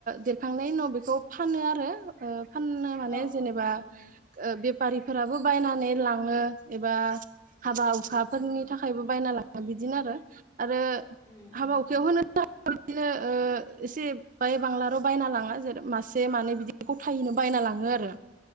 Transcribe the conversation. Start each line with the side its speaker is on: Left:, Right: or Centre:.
Right: देरखांनायनि उनाव बेखौ फानो आरो ओ फाननो माने
Left: औ
Right: जेनेबा
Left: औ नंगौ
Right: ओ
Left: नोंथां
Right: बे बारिफोराबो बायनानै लाङो एबा हाबा हुखाफोरनि
Left: उम उम
Right: थाखायबो बायना लां दा बिदिनो आरो। आरो
Left: उम
Right: हाबा-हुखायाव
Left: उम
Right: होनो <unintelligible> बिदिनो ओ एसे बाय बांलार' बायना लाङा जेरै मासे मानै बिदि गथायैनो बायना लाङो आरो।